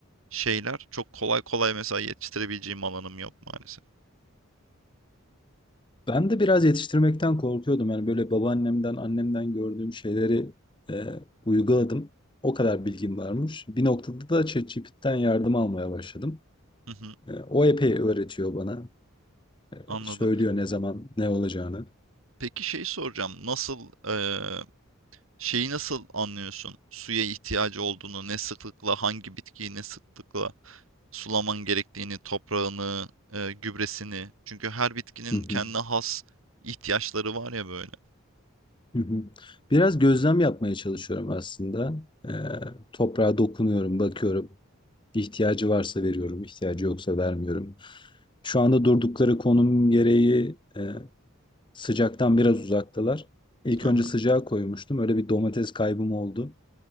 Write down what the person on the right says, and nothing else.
şeyler çok kolay kolay mesela yetiştirebileceğim alanım yok maalesef.
Hı hı,
anladım.
Peki şey soracağım. Nasıl eee, şeyi nasıl anlıyorsun? Suya ihtiyacı olduğunu, ne sıklıkla, hangi bitkiyi ne sıklıkla sulaman gerektiğini, toprağını, eee, gübresini. Çünkü her bitkinin
kendine has ihtiyaçları var ya böyle.
Aha.